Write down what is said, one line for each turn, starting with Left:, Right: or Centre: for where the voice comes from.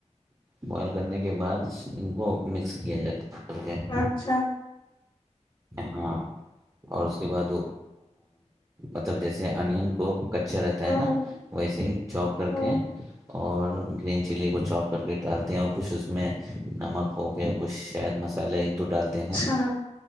Right: بوائل کرنے کے بعد ان کو مکس کیا جاتا کر کے
Left: اچھا
Right: ہاں اور اس کے بعد مطلب جیسے انین کو کچا رہتا
Left: ہوں،
Right: ہے نا
Left: ہوں،
Right: ویسے ہی چاپ کر
Left: ہوں،
Right: کے اور گرین چلی کو چوپ کر کے ڈالتے ہیں اور کچھ اس میں نمک ہوگ کچھ شاید مسالے ایک دو ڈالتے ہیں
Left: اچھا